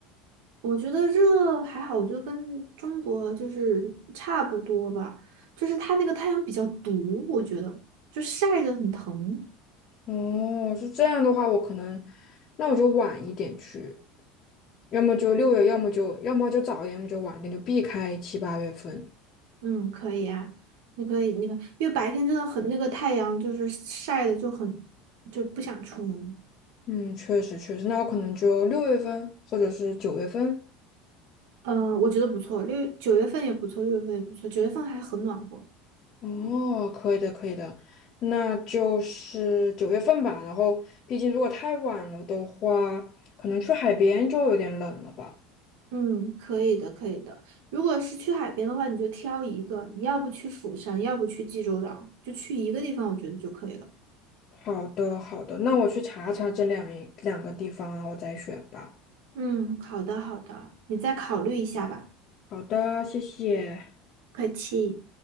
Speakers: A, on the right; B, on the left.
A: 我觉得热还好，我觉得跟中国就是差不多吧，就是它那个太阳比较毒，我觉得就晒着很疼。
B: 哦，是这样的话，我可能那我就晚一点去，要么就六月，要么就要么就早一点，要么就晚一点，就避开七八月份。
A: 嗯，可以啊，你可以那个，因为白天真的很那个太阳就是晒的就很就不想出门。
B: 嗯，确实确实，那我可能就六月份或者是九月份。
A: 嗯、我觉得不错，六九月份也不错，六月份也不错，九月份还很暖和。
B: 哦，可以的可以的，那就是九月份吧。然后，毕竟如果太晚了的话，可能去海边就有点冷了吧。
A: 嗯，可以的，可以的。如果是去海边的话，你就挑一个，你要不去釜山，要不去济州岛，就去一个地方，我觉得就可以了。
B: 好的，好的，那我去查查这两一两个地方，然后再选吧。
A: 嗯，好的好的，你再考虑一下吧。
B: 好的，谢谢。
A: 客气。